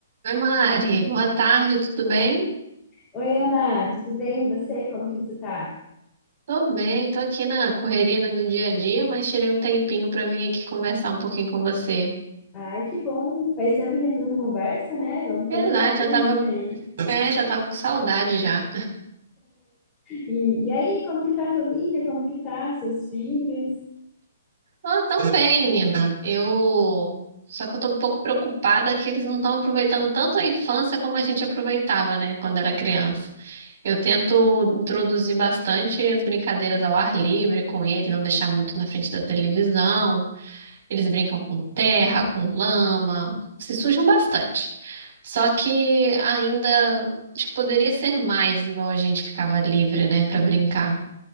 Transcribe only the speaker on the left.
Oi, Ana, tudo bem? E você? Como que você tá?
Ai, que bom. Faz tempo que a gente não conversa, né? Vamos pôr
o papo
em
dia aí.
E, e aí, como que tá a família? Como que tá seus filhos?